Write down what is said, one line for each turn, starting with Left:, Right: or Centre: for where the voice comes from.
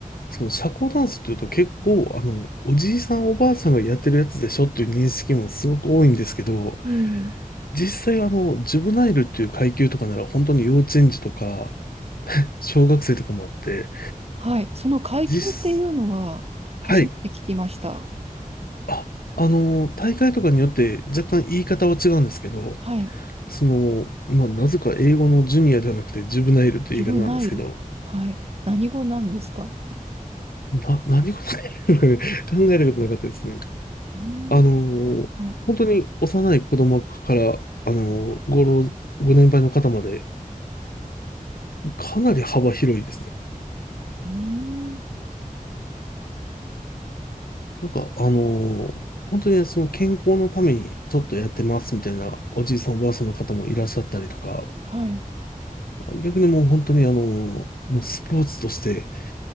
Left: その社交ダンスっていうと結構、あの、おじいさんおばあさんがやってるやつでしょっていう認識もすごく多いんですけど、
Right: うん。え、
Left: 実際あの、ジュブナイルっていう階級とかなら本当に幼稚園児とか、小学生とかもあって、
Right: はい。その階級っていうのは、
Left: 実、
Right: 初めて聞きました。
Left: はい。あ、あの、大会とかによって若干言い方は違うんですけど、
Right: はい。
Left: その、まあ、なぜか英語のジュニアではなくてジュブナイルという言い方なんですけど、
Right: ジュブナイル。はい。何語なんですか
Left: な、何事かね <laughs> 考えることなかったですね。
Right: うーん。
Left: あの、
Right: はい。
Left: 本当に幼い子供から、あの、ご老、ご年配の方まで、かなり幅広いですね。
Right: うーん。
Left: なんか、あの、本当にその健康のためにちょっとやってますみたいなおじいさんおばあさんの方もいらっしゃったりとか、
Right: はい。
Left: 逆にもう本当にあの、もうスポーツとして